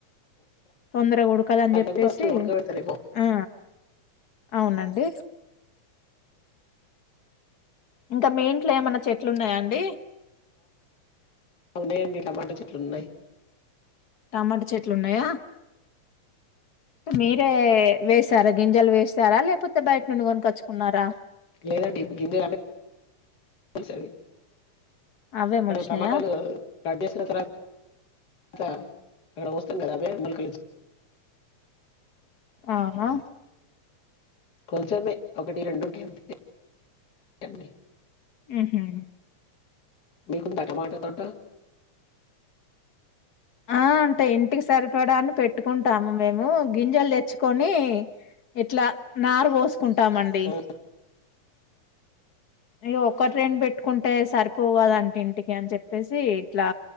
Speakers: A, on the left; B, on the left.
A: తొందర కొడుకదని
B: ఉడకడానికని
A: చెప్పేసి
B: ఫస్ట్ ఉడకబెడతారేమో.
A: ఆ అవునండి అ ఇంకా మీ ఇంట్లో ఏమన్నా చెట్లు ఉన్నాయా అండి
B: ఉన్నాయండి టమాటా చెట్లు ఉన్నాయి
A: టమాట చెట్ అట్లున్నాయా మీరే వేస్తారా గింజలు వేస్తారా లేకపోతే బయట నుండి కొనుకొచ్చుకున్నారా
B: లేదండింద సడి
A: అవే
B: మన
A: మొలిచినాయా
B: టమాటాలు కడసుిన త అత అక్కడ వస్తాం కదా అభే మల్క
A: అనా
B: కొంచెమే ఒకటి రెండుంటి అంతే ఎడి
A: ఆహమ్
B: మీకుంతా టమాట తట
A: ఆ అంటే ఇంటికి సరిపడాన్ని పెట్టుకుంటాము మేము గింజలు తెచ్చుకొని ఇట్లా నార్ పోసు కుంటామండి
B: ఆ!
A: ఇ ఒక్క ట్రైన్ పెట్టుకుంటే సరిపో కదంటే ఇంటికి అని చెప్పేసి ఇట్లా